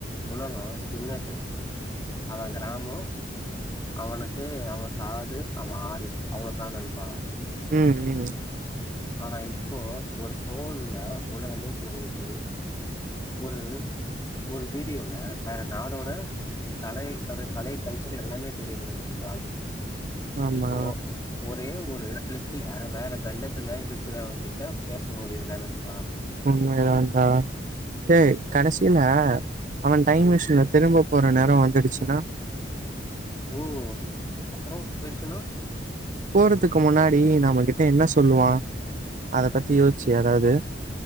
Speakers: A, on the left; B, on the right.
A: உலகோ சின்ன பெட்டி அவ கிராமோ அவனுக்கு அவ காடு, அவ ஆறு அவ்ளோ தா நண்பா
B: ம் ம்
A: ஆனா இப்போ ஒரு ஸ் ஃபோன்ல உலகமே தெரியிது ஒரு ஒரு வீடியோல வேற நாடோட கலை கலை கலை கல்ச்சர் எல்லாமே தெரியிது நண்பா
B: ஆமா.
A: இப்போ ஒரே ஒரு கிளிக்குல வேற கண்டத்துல இருக்கிறவ கிட்ட பேச முடியுது தா நண்பா
B: உண்மைல இருந்தா டே கடைசில அவ டைம்
A: ம்
B: மிஷின்ல திரும்ப போற நேரோ வந்துடுச்சுன்னா
A: ஓ அப்றோ போயிருச்சுன்னா
B: போறதுக்கு முன்னாடி நம்மகிட்ட என்ன சொல்லுவா அத பத்தி யோசிச்சியா எதாவ்து